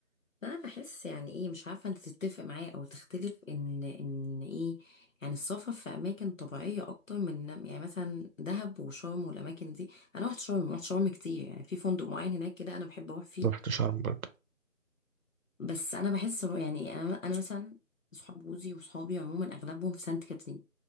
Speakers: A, on the left; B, on the right.
A: انا بحس يعني ايه مش عارفه انت تتفق معايا او تختلف ان ان ايه يعني السفر في اماكن طبيعيه اكتر من يعني مثلا دهب وشرم والاماكن دي انا رحت شرم رحت شرم كتير يعني في فندق معين هناك كده انا بحب اروح فيه
B: رحت شرم برضه
A: بس انا بحس إنه يعني انا انا مثلا صحاب جوزي وصحابي عموما اغلبهم في سانت كاترين